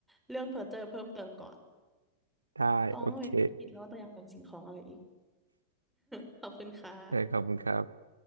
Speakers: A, in the centre; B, on the right (about 75°).
A: เรื่องเพอเจอเพิ่มเติมก่อน
B: ได้โอเค
A: ต้องไปคิดแล้วว่าตัวอยากเป็นสิ่งของอะไรอีก <laughs> ขอบคุณค่ะ
B: ได้ขอบคุณครับ